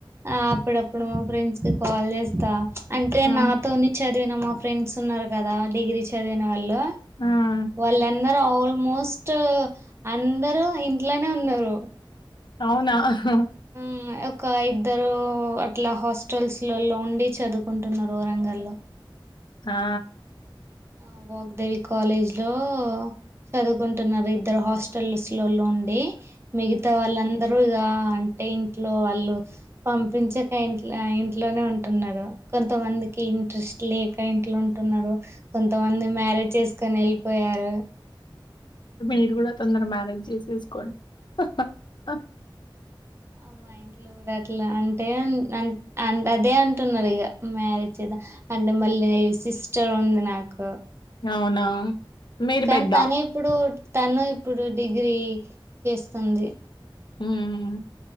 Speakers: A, on the right; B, on the left.
A: ఆ అప్పుడప్పుడు మా ఫ్రెండ్స్ కాల్ చేస్తా అంటే
B: ఆ!
A: నాతోని చదివిన మా ఫ్రెండ్స్ ఉన్నార్ కదా డిగ్రీ చదివినోళ్ళు
B: ఆ!
A: వాళ్ళందరు ఆల్మోస్ట్ అందరు ఇంట్లోనే ఉన్నరు
B: అవునా హాహా
A: ఉమ్ ఒక ఇద్దరు అట్ అట్లా హాస్టల్స్లో ఉండి చదువుకుంటున్నారు వరగంల్లో
B: కా
A: ఆ వాగ్దేవి కాలేజ్లో చదువుకుంటున్నారు ఇద్దరు హాస్టల్స్లో లో ఉండి మిగతా వాళ్ళందరూ ఇగా ఆ ఆ అంటే ఇంట్లో వాళ్ళు పంపించక ఇంట్ల ఆ ఇంట్లోనే ఉంటున్నారు కొంతమం దికి ఇంట్రెస్ట్ లేక ఇంట్లో ఉంటున్నారు కొంత్ కొంతమంది మ్యారేజ్ చేసుకొని వెళ్ళిపోయారు
B: మీరు కూడా తొందర మ్యారేజ్ చేసేసుకోండి హాహా హా
A: ఆ మా ఇంట్లో కూడా అట్లా అంటే అంద్ అదే అంటున్నారు ఇగా మ్యారేజె అంటే మళ్ళీ ఈ సిస్టర్ ఉంది నాకు
B: అవునా మీరు
A: కానీ
B: పెద్దా?
A: తనే ఇప్పుడు తను ఇప్పుడు డిగ్రీ చేస్తుంది
B: హ్మ్.